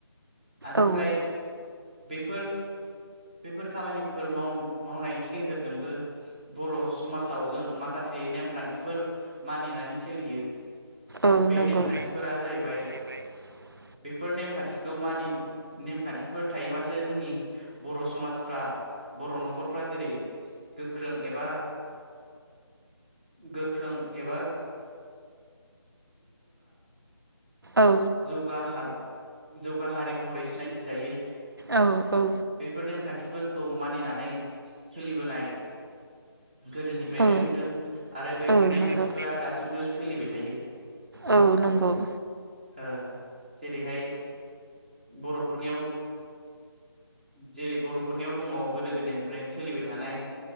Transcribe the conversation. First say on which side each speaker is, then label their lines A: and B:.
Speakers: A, on the right; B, on the right.
A: बेनिफ्राय
B: औ
A: बेफोर बेफोर खामानिफोर माव मावनायनि गेजेरजोंबो बर' समाजाव जों माखासे नेमखान्थिफोर मानिनानै सोलियो।
B: औ
A: बे
B: नंगौ
A: नेमखान्थिफोरा जाहैबाय
B: <inaudible>
A: बेफोर नेमखान्थिखौ मानि नेमखान्थिफोर थायोबासो जोंनि बर' समाजफ्रा बर' न'खरफ्रा जेरै गोख्रों एबा गोख्रों एबा
B: औ
A: जौगा हा जौगा हारि महरै सिनायथि जायो।
B: औ औ
A: बेफोर नेमखान्थिफोरखौ मानिनानै सोलिबोनाय गोदोनिफ्रायनो
B: औ
A: नुदों आरो बे
B: औ
A: नेमखान्थिफोरा
B: नंगौ
A: दासिमबो सोलिबाय थायो।
B: औ नंगौ
A: ओ। जेरैहाय बर'फोरनियाव जेरै बर'फोरनियाव दङ गोदो गोदायनिफ्राय सोलिबाय थानाय